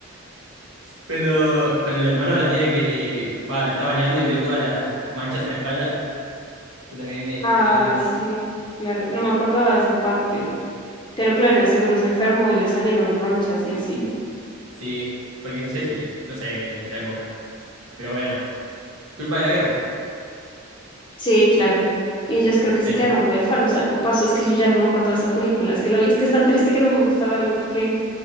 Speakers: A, on the right; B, on the left.
A: cuando, cuando el hermano la tiene que, va, la está bañando y ve todas las, las manchas en la espalda, eso también me,
B: Ah,
A: me duele mucho.
B: sí, claro, no me acordaba de esa parte. Pero claro, seguro se enfermó y le salieron ronchas y así.
A: Sí, porque no sé si, no sé qué era en esa época. Pero bueno, culpa de la guerra.
B: Sí, claro. Y ellos creo que se
A: Ten-
B: quedaron huérfanos, algo pasó. Es que yo ya no me acuerdo de esa película. Es que la vi, es que es tan triste que no me gusta verla porque,